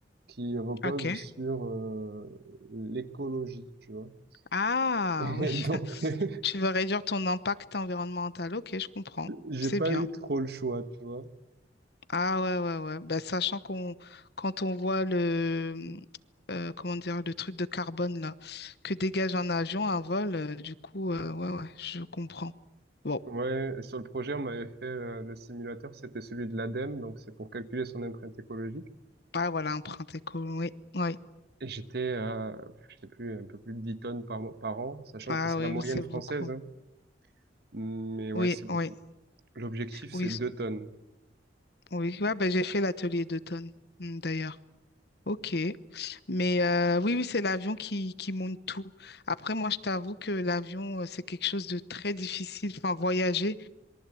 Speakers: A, on the right; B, on the left.
A: qui reposent
B: ok.
A: sur euh, l'écologie, tu vois.
B: Ah,
A: <laughs> Et
B: oui.
A: donc,
B: <laughs> Tu
A: <laughs>
B: veux réduire ton impact environnemental. Ok, je comprends.
A: J'ai
B: C'est
A: pas
B: bien.
A: eu trop le choix, tu vois.
B: Ah ouais, ouais, ouais. Bah, sachant qu'on quand on voit le hum, euh, comment dire le truc de carbone là que dégage un avion, un vol, euh, du coup, euh, ouais, ouais, je comprends. Bon,
A: Ouais, sur le projet, on m'avait fait euh, le simulateur, c'était celui de l'ADEME, donc c'est pour calculer son empreinte écologique.
B: ah voilà, empreinte écolo, oui, oui.
A: Et j'étais à, je sais plus, un peu plus de 10 tonnes par, mois- par an, sachant
B: Ah
A: que c'est
B: oui,
A: la moyenne
B: oui, c'est
A: française,
B: beaucoup.
A: hein. Mais ouais,
B: Oui,
A: c'est beaucoup.
B: oui,
A: L'objectif,
B: oui,
A: c'est
B: s-
A: 2 tonnes.
B: oui. Ouais, bah, j'ai fait l'atelier d'automne, hmm, d'ailleurs. Ok. Mais euh, oui, oui, c'est l'avion qui, qui monte tout. Après, moi, je t'avoue que l'avion, euh, c'est quelque chose de très difficile. Enfin, voyager.